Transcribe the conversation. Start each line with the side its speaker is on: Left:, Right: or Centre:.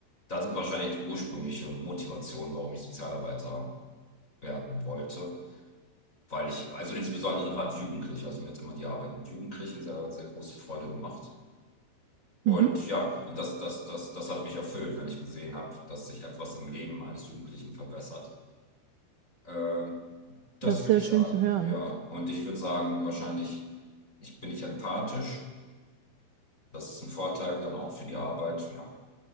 Left: Das ist wahrscheinlich die ursprüngliche Motivation, warum ich Sozialarbeiter werden wollte. Weil ich, also insbesondere gerade Jugendliche, also mir hat immer die Arbeit mit Jugendlichen sehr, sehr große Freude gemacht. Und
Right: mhm.
Left: ja, und das, das, das, das hat mich erfüllt, wenn ich gesehen habe, dass sich etwas im Leben eines Jugendlichen verbessert. Äh, das
Right: Das ist
Left: würde
Right: sehr
Left: ich
Right: schön
Left: sagen.
Right: zu hören.
Left: Ja, und ich würde sagen, wahrscheinlich, ich bin nicht empathisch. Das ist ein Vorteil dann auch für die Arbeit. Ja.